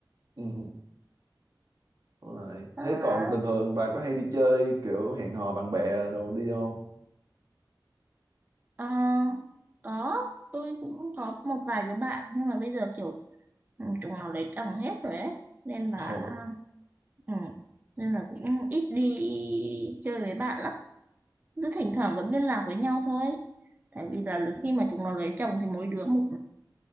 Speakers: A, on the right; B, on the right.
A: ừ, đúng rồi.
B: À,
A: thế còn bình thường bà có hay đi chơi kiểu hẹn hò bạn bè đồ đi không
B: ờ, có, tôi cũng có một vài đứa bạn nhưng mà bây giờ kiểu ừ, chúng nó lấy chồng hết rồi ấy. Nên là
A: ồ
B: Ừ. Nên là cũng ít đi chơi với bạn lắm cứ thỉnh thoảng vẫn liên lạc với nhau thôi tại vì là khi mà chúng nó lấy chồng thì mỗi đứa một